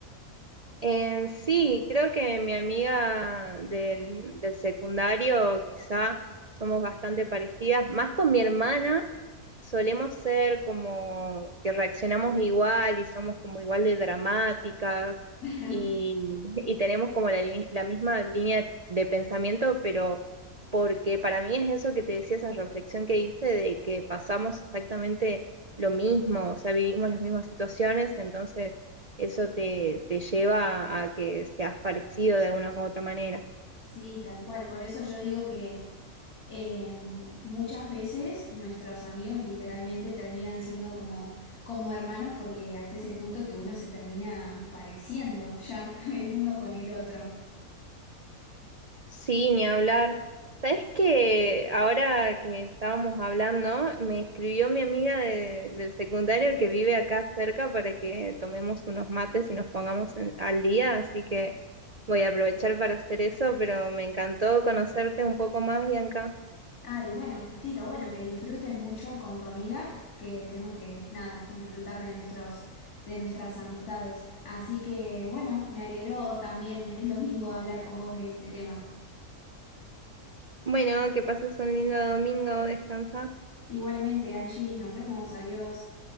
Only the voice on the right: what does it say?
Eh, sí, creo que mi amiga del, del secundario quizá somos bastante parecidas, más con mi hermana solemos ser como que reaccionamos igual y somos como igual de dramáticas
y, y tenemos como la, li- la misma línea de pensamiento, pero porque para mí es eso que te decía, esa reflexión que hice de que pasamos exactamente lo mismo, o sea, vivimos las mismas situaciones, entonces eso te, te lleva a que seas parecido de alguna u otra manera.
Sí, ni hablar. ¿Sabes que Ahora que estábamos hablando, me escribió mi amiga de- del secundario que vive acá cerca para que tomemos unos mates y nos pongamos en- al día, así que voy a aprovechar para hacer eso, pero me encantó conocerte un poco más, Bianca.
Bueno, que pases un lindo domingo, descansa.